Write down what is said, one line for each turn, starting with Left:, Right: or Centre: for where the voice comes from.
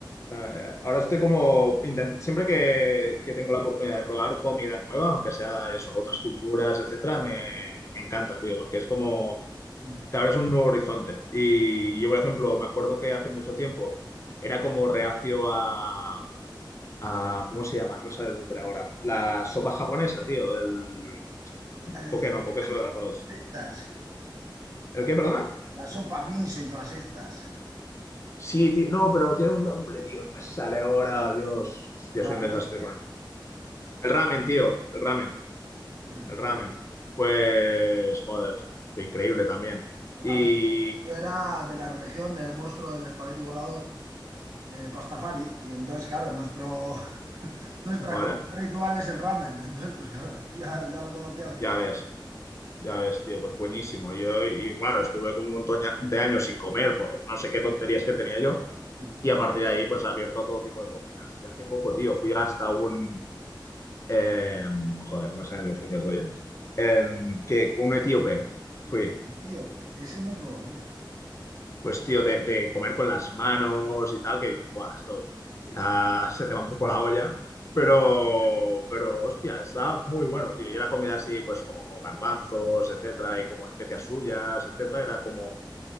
Left: eh, Ahora estoy como, intent- siempre que, que tengo la oportunidad de probar comida nueva, aunque sea eso, otras culturas, etcétera, me, me encanta, tío, porque es como,
Right: mm.
Left: te abres un nuevo horizonte. Y yo, por ejemplo, me acuerdo que hace mucho tiempo era como reacio a, a- ¿cómo se llama? No me sale el nombre ahora. La sopa japonesa, tío, el
Right: Las
Left: poke no, poke solo de arroz.
Right: estas,
Left: ¿El qué, perdona?
Right: la sopa miso y todas estas.
Left: Sí, ti- no, pero tiene un nombre, tío. No me sale ahora, Dios. Hostia,
Right: Ramen.
Left: soy un desastre con esto. El ramen, tío. El ramen.
Right: pf,
Left: El ramen. Pues, joder, fue increíble también. Y,
Right: A ver, yo era de la religión del monstruo del espagueti volador. eh, Pastafari, y entonces, claro, nuestro, <laughs> nuestra
Left: vale,
Right: comida ritual es el ramen, entonces, pues claro, <laughs> ya, ya lo conocí hace
Left: ya
Right: tiempo.
Left: ves, ya ves, tío, pues buenísimo. Yo, y claro, estuve con un montón de años sin comer por no sé qué tonterías que tenía yo.
Right: Sí.
Left: Y a partir de ahí, pues, abierto a todo tipo de cocinas. Y hace poco, tío, fui hasta un... em, joder, no me salen los nombres, oye. Em, que un etíope
Right: sí.
Left: fui
Right: Etíope, ese no he probado, mira.
Left: pues tío, de, de comer con las manos y tal,
Right: Sí.
Left: que dices, guau, esto quizás <laughs> se te va un poco la olla,
Right: sí.
Left: pero, pero hostia, está muy bueno, tío. Y era comida así, pues como garbanzos, etcétera, y como especias suyas, etcétera, era como,